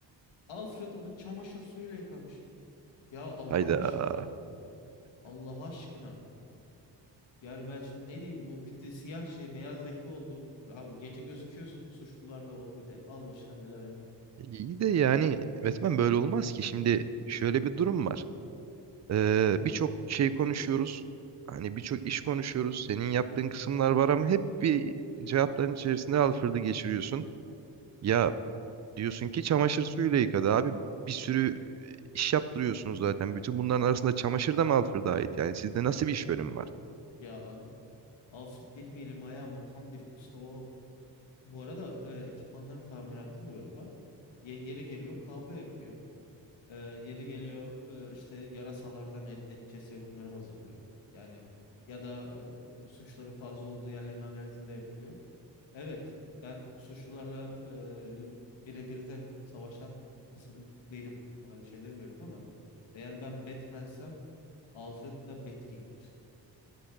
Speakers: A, on the left; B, on the right.
A: Alfred onu çamaşır suyuyla yıkamış. Ya Allah
B: Hayda.
A: aşkına. Allah aşkına. Yani ben şimdi ne diyeyim bu bir de siyah şey beyaz leke oldu. Abi gece gözüküyorsun suçlularla o bir de al başına belayı.
B: İyi de yani Batman böyle olmaz ki. Şimdi şöyle bir durum var. Ee, birçok şey konuşuyoruz. Hani birçok iş konuşuyoruz. Senin yaptığın kısımlar var ama hep bir cevapların içerisinde alfırdı geçiriyorsun. Ya diyorsun ki çamaşır suyuyla yıkadı abi. Bir sürü iş yaptırıyorsunuz zaten. Bütün bunların arasında çamaşır da mı alfırda ait? Yani sizde nasıl bir iş bölümü var?
A: Ya abi Alfred benim elim ayağım o tam bir usta o. Bu arada e, ekipmanların tamiratını da o yapar. Ye- yeri geliyor kahve yapıyor. E, yeri geliyor e, işte yarasalardan elde edeceği serumları hazırlıyor. Yani ya da e, suçların fazla olduğu yerlerin analizini de yapıyor. Evet, ben suçlularla e, birebir de savaşan kısım benim. Ona bir şey demiyorum ama eğer ben Batman'sem Alfred da Batging'dir.